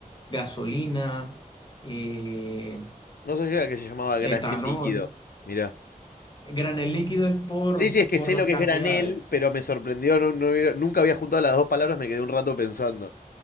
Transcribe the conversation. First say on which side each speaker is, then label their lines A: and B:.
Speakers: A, on the left; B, on the left.
A: gasolina, eh,
B: No sabía que se llamaba granel
A: etanol.
B: líquido. Mirá.
A: Granel líquido es por,
B: Sí, sí, es que
A: por
B: sé
A: las
B: lo que
A: cantidades,
B: es granel, pero me sorprendió. no- no hubiera- nunca había juntado las dos palabras, me quedé un rato pensando.